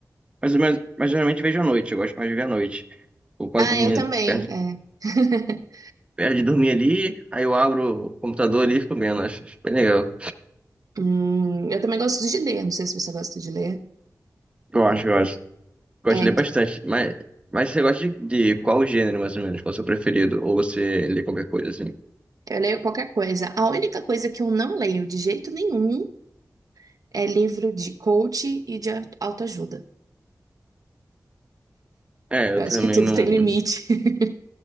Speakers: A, on the right; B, on the right.
A: Mas, mas, mas geralmente vejo à noite, eu gosto mais de ver à noite. Vou quase
B: Ah,
A: dormindo,
B: eu também,
A: perto,
B: é. <laughs>
A: perto de dormir ali, aí eu abro o computador ali e fico vendo. Acho, acho bem legal.
B: Hum, eu também gosto de ler, não sei se você gosta de ler.
A: Eu acho, eu acho. Gosto
B: É,
A: de
B: então,
A: ler bastante. Mas, mas você gosta de, de qual gênero, mais ou menos? Qual é o seu preferido? Ou você lê qualquer coisa assim?
B: eu leio qualquer coisa. A única coisa que eu não leio de jeito nenhum é livro de coach e de aut- autoajuda.
A: É,
B: Eu
A: eu
B: acho
A: também
B: que tudo
A: não.
B: tem limite. <laughs>